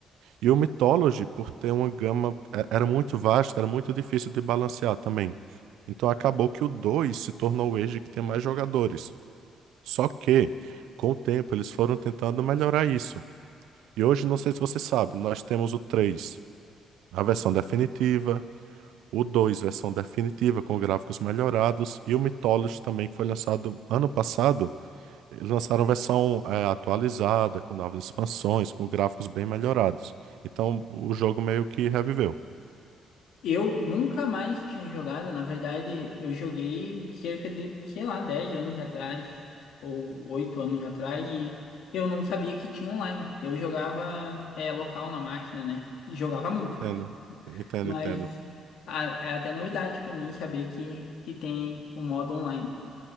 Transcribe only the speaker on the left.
Eu nunca mais tinha jogado, na verdade, eu joguei cerca de, sei lá, 10 anos atrás, ou 8 anos atrás, e eu não sabia que tinha online. Eu jogava é, local na máquina, né? E jogava muito.
Mas
a- é até novidade pra mim saber que, que tem o modo online.